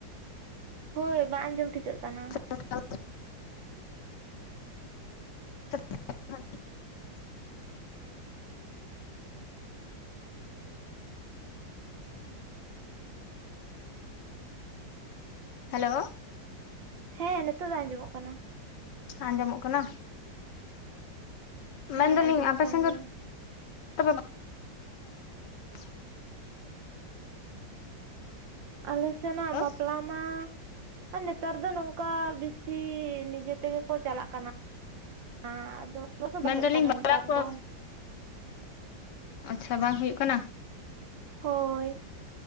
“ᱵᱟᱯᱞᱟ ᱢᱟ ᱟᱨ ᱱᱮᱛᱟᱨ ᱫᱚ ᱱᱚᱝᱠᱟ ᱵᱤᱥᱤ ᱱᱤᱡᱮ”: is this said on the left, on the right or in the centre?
Right